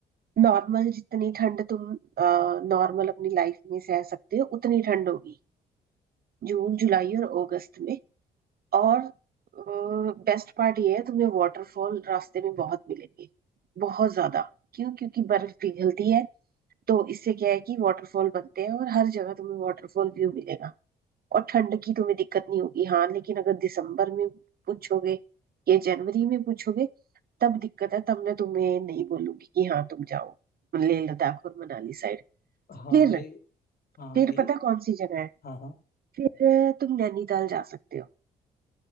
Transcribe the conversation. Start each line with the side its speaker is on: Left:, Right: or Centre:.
Right: नॉर्मल जितनी ठंड तुम नॉर्मल अपनी लाइफ में सह सकते हो उतनी ठंड होगी जून जुलाई और अगस्त में और बेस्ट पार्ट ये है तुम्हें वाटरफॉल रास्ते में बहुत मिलेंगे बहुत ज्यादा क्यों क्योंकि बर्फ पिघलती है तो इससे क्या है कि वाटरफॉल बनते हैं और हर जगह तुम्हें वाटरफॉल व्यू मिलेगा और ठंड की तुम्हें दिक्कत नहीं होगी हाँ लेकिन अगर दिसंबर में पूछोगे या जनवरी में पूछोगे तब दिक्कत है तब मैं तुम्हें नहीं बोलूंगी कि हाँ तुम जाओ लेह लद्दाख और मनाली साइड
Left: हाँ
Right: फिर
Left: ये हाँ
Right: फिर
Left: ये
Right: पता कौन सी जगह है
Left: हाँ हाँ
Right: फिर अ, तुम नैनीताल जा सकते हो